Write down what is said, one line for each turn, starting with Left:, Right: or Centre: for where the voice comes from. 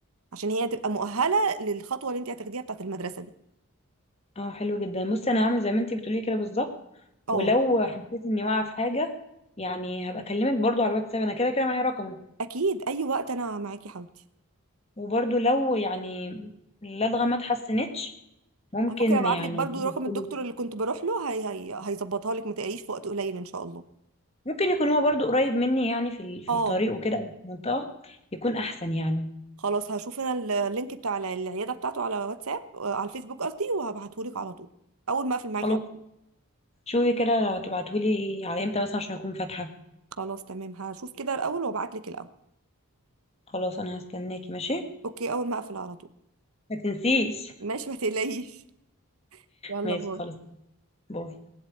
Right: عشان هي تبقى مؤهله للخطوه اللي انتي هتاخديها بتاعت المدرسه دي
Left: اه حلو جدا بصي انا هعمل زي ما انتي بتقولي كده بالظبط
Right: اه
Left: ولو حسيت اني واقعه في حاجه يعني هبقى اكلمك برضو على الواتساب انا كده كده معايا رقمك
Right: اكيد اي وقت انا معاكي يا حبيبتي
Left: وبرضو لو يعني اللدغة ما اتحسنتش ممكن
Right: أنا ممكن ابعت
Left: يعني
Right: لك برضو
Left: تبتدي-
Right: رقم الدكتور اللي كنت بروح له هي هي هيظبطها لك ما تقليش في وقت قليل ان شاء الله
Left: ممكن يكون هو برضو قريب مني يعني في ال- في
Right: اه
Left: الطريق وكده أو في المنطقة يكون أحسن يعني
Right: خلاص هشوف انا ال- اللينك بتاع ال- العياده بتاعته على واتساب آه، على الفيسبوك قصدي وهبعته لك على طول اول ما اقفل معاكي
Left: خلاص
Right: على طول
Left: شوفي كده لو هتبعتهولي على امتى مثلا عشان أكون فاتحة
Right: خلاص تمام هشوف كده الاول وابعت لك الاول
Left: خلاص أنا هستناكي ماشي
Right: اوكي اول ما اقفل على طول
Left: ما تنسيش
Right: ماشي ما تقلقيش يلا
Left: ماشي
Right: باي
Left: خلاص باي